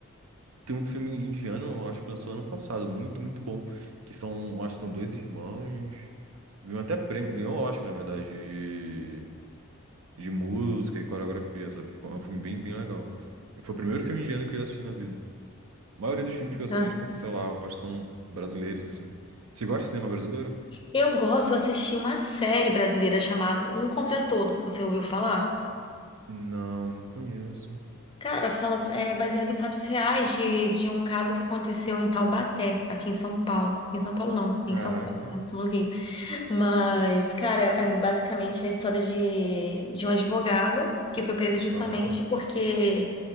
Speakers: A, on the right; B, on the left.
A: Tem um filme indiano, eu acho que lançou ano passado, muito, muito bom. Que são, eu acho que são dois irmãos. Ganhou até prêmio, ganhou Oscar, na verdade, de, de música e coreografia, sabe? Ficou- É um filme bem, bem legal. Foi o primeiro filme indiano que eu assisti na vida. A maioria dos filmes que eu assisto,
B: Ah.
A: sei lá, eu acho que são brasileiros, assim. Você gosta de cinema brasileiro?
B: Eu gosto, eu assisti uma série brasileira chamada Um Contra Todos, você ouviu falar?
A: Não, não conheço.
B: Cara, fala, é baseado em fatos reais de, de um caso que aconteceu em Taubaté, aqui em São Paulo. Em São Paulo não, em
A: Caraca.
B: São Paulo, né, tô no Rio. Mas, cara, é é basicamente a história de, de um advogado que foi preso justamente
A: Aham.
B: porque